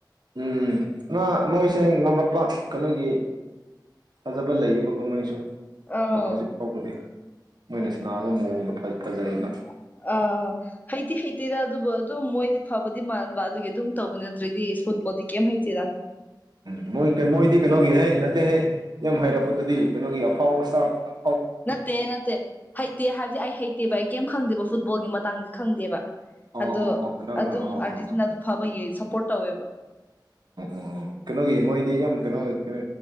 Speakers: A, on the right (about 65°); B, on the left (about 20°).
A: ꯎꯝ ꯅ ꯃꯣꯏꯁꯦ ꯉꯝꯂꯛꯄ ꯀꯩꯅꯣꯒꯤ ꯐꯖꯕ ꯂꯩꯌꯦꯕ ꯀꯣꯍꯣꯏꯁꯨ
B: ꯑꯥ
A: ꯍꯧꯖꯤꯛ ꯐꯥꯎꯕꯗꯤ ꯃꯣꯏꯅ ꯁꯤꯟꯅꯕ ꯃꯑꯣꯡꯗ ꯐꯖꯔꯤ <unintelligible>
B: ꯑ ꯑ ꯍꯩꯗꯤ ꯍꯩꯇꯦꯔꯥ ꯑꯗꯨꯕꯨ ꯑꯗꯨꯝ ꯃꯣꯏꯗꯤ ꯐꯕꯗꯤ ꯃꯥꯟꯕ ꯑꯗꯨꯒꯤ ꯑꯗꯨꯝ ꯇꯧꯕ ꯅꯠꯇ꯭ꯔꯗꯤ ꯐꯨꯠꯕꯣꯜꯗꯤ ꯀꯩꯝ ꯍꯩꯇꯦꯔꯥ <inaudible>
A: ꯎ ꯃꯣꯏ ꯃꯣꯏꯗꯤ ꯀꯩꯅꯣꯒꯤꯍꯦ ꯅꯠꯇꯦꯍꯦ ꯌꯥꯝ ꯍꯥꯏꯔꯛꯄꯗꯗꯤ ꯀꯩꯅꯣꯒꯤ ꯑꯐꯥꯎ ꯑꯁꯇꯥꯞ
B: ꯅꯠꯇꯦ ꯅꯠꯇꯦ ꯍꯩꯇꯦ ꯍꯥꯏꯕꯗꯤ ꯑꯩ ꯍꯩꯇꯦꯕ ꯑꯩ ꯀꯩꯝ ꯈꯪꯗꯦꯕ ꯐꯨꯠꯕꯣꯜꯒꯤ ꯃꯇꯥꯡꯗꯤ ꯈꯪꯗꯦꯕ
A: ꯑꯣ
B: ꯑꯗꯣ
A: ꯑꯣ ꯑꯣ ꯅꯪꯅ
B: ꯑꯗꯨꯝ
A: ꯑꯣ
B: ꯑꯥꯔꯖꯤꯇꯤꯅꯥ
A: ꯑꯣ
B: ꯑꯗꯨ ꯐꯕ ꯁꯞꯄꯣꯔꯠ ꯇꯧꯋꯦꯕ <inaudible>
A: ꯑꯣ ꯀꯩꯅꯣꯒꯤ ꯃꯣꯏꯗꯤ ꯌꯥꯝ ꯀꯩꯅꯣ ꯀꯩꯅꯣ